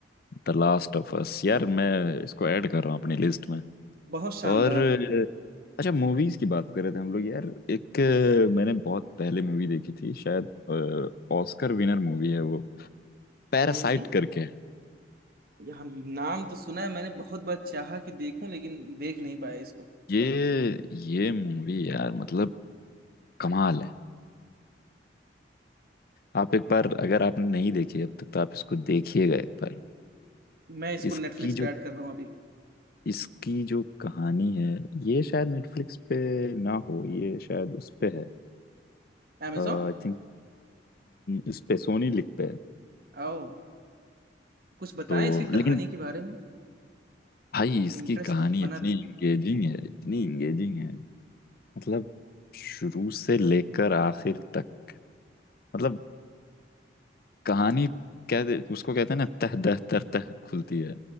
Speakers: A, on the left; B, on the right.
A: द लास्ट ऑफ अस यार मैं इसको ऐड कर रहा हूँ अपनी लिस्ट में
B: बहुत शानदार
A: और
B: है
A: अच्छा मूवीज की बात कर रहे थे हम लोग यार एक अ, मैंने बहुत पहले मूवी देखी थी शायद ऑस्कर विनर मूवी है वो पैरासाइट
B: कौन सी
A: करके
B: ये हम नाम तो सुना है मैंने बहुत बार चाहा कि देखूं लेकिन देख नहीं पाया इसको
A: ये ये मूवी यार मतलब कमाल है आप एक बार अगर आपने नहीं देखी अब तक तो आप इसको देखिएगा एक बार
B: मैं इसको
A: इसकी
B: नेटफ्लिक्स
A: जो
B: पे ऐड कर रहा हूँ अभी
A: इसकी जो कहानी है ये शायद नेटफ्लिक्स पे ना हो ये शायद उस पे है
B: Amazon
A: आई थिंक इस पे सोनी लिक पे है
B: आओ कुछ बताएं
A: तो
B: इसकी कहानी
A: लेकिन
B: के बारे में
A: भाई इसकी
B: इंटरेस्ट
A: कहानी
B: तक बना
A: इतनी
B: रहे
A: इंगेजिंग है इतनी इंगेजिंग है मतलब शुरू से लेकर आखिर तक मतलब कहानी कहते उसको कहते हैं ना तह दह तर तह खुलती है